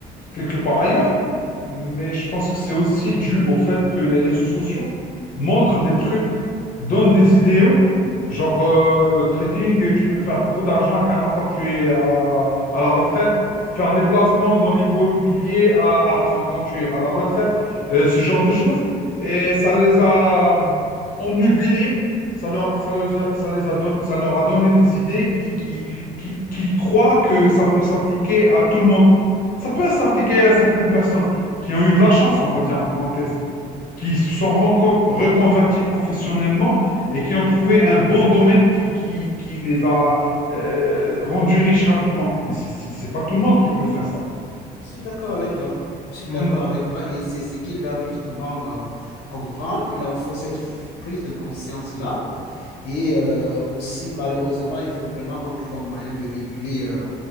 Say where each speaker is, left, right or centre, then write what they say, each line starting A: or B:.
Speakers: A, on the left; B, on the left.
A: quelque part ailleurs, mais je pense que c'est aussi dû au fait que les réseaux sociaux montrent des trucs, donnent des idéaux, genre euh, trading, tu peux faire beaucoup d'argent à 40 ans, tu es à, à la retraite, faire des placements dans l'immobilier à, à 30 ans, tu es à la retraite, euh, ce genre de choses, et ça les a euh, omnubilés. Ça leur, ça les a, ça les a don- ça leur a donné des idées qui, qui, qui, qui croient que ça peut s'appliquer à tout le monde. Ça peut s'appliquer à certaines personnes qui ont eu de la chance, on va dire en parenthèse, qui se sont reco- reconverties professionnellement et qui ont trouvé un bon domaine qui, qui, qui les a euh, rendus riches rapidement. Mais c'est c'est- c'est pas tout le monde qui peut faire ça.
B: Je suis d'accord avec toi. Je suis
A: Mhm.
B: d'accord avec toi et c'est ce qu'ils doivent justement euh, comprendre. Il leur faut cette prise de conscience-là. Et euh, aussi, malheureusement, il faut vraiment qu'on trouve un moyen de réguler euh,